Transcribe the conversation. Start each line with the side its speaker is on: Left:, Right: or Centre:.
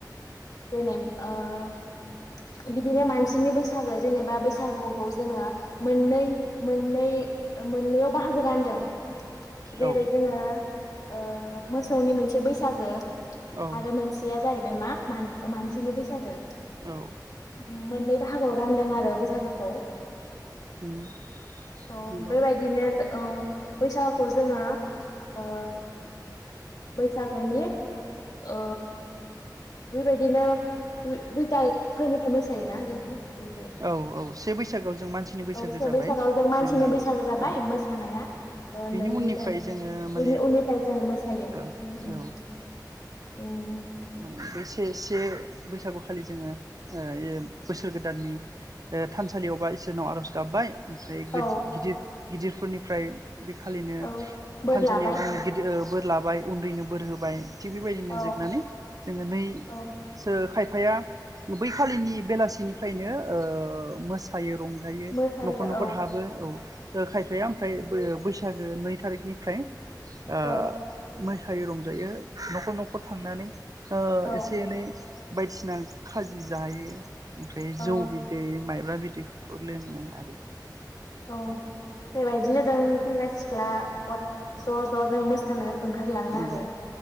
Left: जेनेब ओ बिदिनो मानसिनि बैसागो जेनेबा बैसागुखौ जोङो मोननै मोननै मोननैयाव बाहागो रानदों। जेरै
Right: औ
Left: जोङो ओ मोसौनि मोनसे बैसागो
Right: औ
Left: आरो मोनसेया जाहै बे मा मान ओ मानसिनि बैस <unintelligible>
Right: औ
Left: मोननै बाहागोआव रानदों आरो आरो बैसागोखौ
Right: उम
Left: अ
Right: औ
Left: बे बायदिनो औ बैसागोखौ जोङो ओ बैसागोनि ओ बेबायदिनो दुइथा फोरनिफ्राय मोसायोना जोङो। दुइफोर
Right: औ औ से बैसागोआव जों मानसिनि बैसागो
Left: औ से
Right: जाबाय
Left: बैसागोआव जों मानसिनि
Right: जोङो
Left: बैसागो जाबाय
Right: औ
Left: मोसानाया ओ
Right: बेनि
Left: नै
Right: उननिफ्राय
Left: दुइ था
Right: जोङो माने
Left: बेनि उननिफ्राय जों मोसायो
Right: औ
Left: उम उम
Right: औ
Left: उम
Right: माने बे से से बैसागुखालि जोङो ओ बोसोर गोदाननि थानसालियावबा इसोरनाव आर'ज गाबबाय ओमफाय
Left: औ
Right: गोद गिदिर गिदिरफोरनिफ्राय बेखालिनो
Left: औ बोर
Right: थानसालियाव
Left: लाबाय
Right: जोङो गिदिर बोर लाबाय उन्दैनो बोर होबाय थिग बेबायदिनो
Left: औ
Right: जोबनानै जोङो नैसो
Left: औ
Right: खाय बिफाया बैखालिनि बेलासिनिफ्रायनो ओ मोसायो रं जायो
Left: मोसायो
Right: न'खर न'खर
Left: औ
Right: हाबो औ खायफाया ओमफ्राय बैसागो जो नै थारिखनिफ्राय आ
Left: औ
Right: मो खायो रंजायो न'खर न'खर थांनानै ओ
Left: औ
Right: एसे एनै बायदिसिना खाजि जायो ओमफ्राय
Left: औ
Right: जौ। जेरै माइब्रा बिदि बेफोरखौ लोंनो आरो
Left: औ बेबायदिनो जों सेंग्रा सिख्ला गथ' ज ज' जों मोसानो ओंखारलाङो
Right: नंगौ
Left: आरो